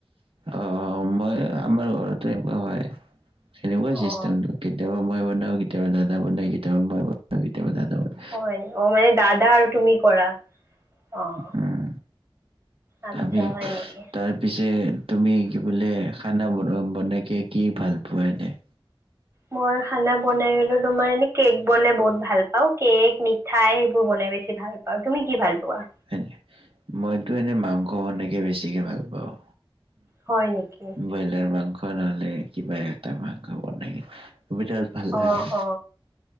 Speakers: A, on the right; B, on the right.
A: অ'। সময়, আমাৰ ঘৰতো এনেকুৱা হয় সেনেকুৱা চিষ্টেমটো,
B: অ
A: কেতিয়াবা মই বনাওঁ, কে কেতিয়াবা দাদা বনাই, কেতিয়াবা মই বনাওঁ, কেতিয়াবা দাদা বনাই।
B: হয়, অ', মানে দাদা আৰু তুমি কৰা, অ'।
A: উম
B: আচ্ছা
A: আমি,
B: হয় নেকি
A: তাৰপিছে তুমি, কি বোলে, খানা বনোৱা? বনাই কে, কি ভাল পোৱা এনে?
B: মই খানা বনাই গ'লোঁ তোমাৰ, এনে কেক বনাই বহুত ভাল পাওঁ। কেক, মিঠাই সেইবোৰ বনাই বেছি ভাল পাওঁ। তুমি কি ভাল পোৱা?
A: হয় নে? মইতো এনে মাংস বনাইকে বেছিকৈ ভাল পাওঁ
B: হয় নেকি?
A: ব্ৰইলাৰ মাংস নহ'লে কিবা এটা মাংস বনাই বিৰাট ভাল লাগে,
B: অ অ